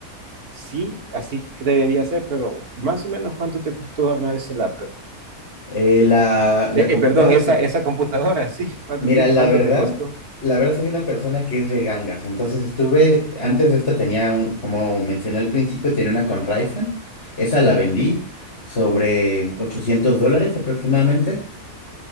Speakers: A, on the right; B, on the left.
A: sí, así que debería ser, pero más o menos cuánto te costó armar ese laptop.
B: Eh, la, la
A: Eh,
B: computadora
A: eh, perdón, esa,
B: escrita.
A: esa computadora, <laughs> sí, ¿cuánto,
B: Mira,
A: ti-
B: la
A: cuánto
B: verdad,
A: te costó?
B: la verdad soy una persona que es de gangas. Entonces estuve, antes de esta tenía un, como mencioné al principio, tenía una con Ryzen. Esa la vendí
A: Sí.
B: sobre 800 dólares aproximadamente.